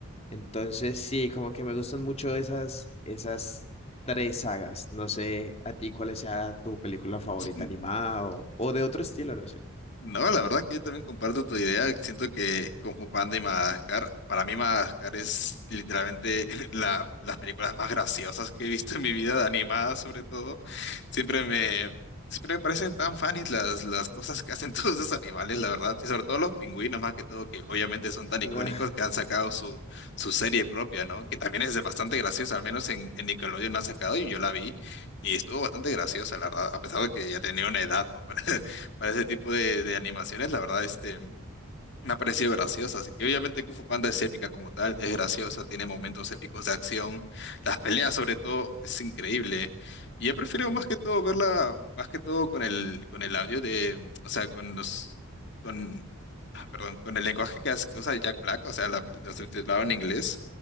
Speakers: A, on the left (about 30°); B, on the left (about 50°).
A: Entonces, sí, como que me gustan mucho esas, esas tres sagas. No sé a ti cuál sea tu película favorita
B: <laughs>
A: animada o, o de otro estilo, no sé.
B: No, la verdad que yo también comparto tu idea. Siento que como Panda y Madagascar, para mí Madagascar es literalmente <laughs> la- las películas más graciosas que he visto en mi vida, animadas sobre todo. Siempre me, siempre me parecen tan funny las, las cosas que hacen <laughs> todos esos animales, la verdad. Y sobre todo los pingüinos, más que todo, que obviamente son tan icónicos
A: <laughs>
B: que han sacado su, su serie propia, ¿no? Que también es de bastante graciosa, al menos en, en Nickelodeon la han sacado y yo la vi. Y estuvo bastante graciosa, la verdad, a pesar de que ya tenía una edad, ¿no? <laughs> para ese tipo de, de animaciones, la verdad, este, me ha parecido graciosa. sí. Y obviamente Kung Fu Panda es épica como tal, es graciosa, tiene momentos épicos de acción, las peleas sobre todo, es increíble. Y yo prefiero más que todo verla, más que todo con el, con el audio de, o sea, con los, con, ah, perdón, con el lenguaje que, hace- que usa Jack Black, o sea, la, la subtitulado en inglés,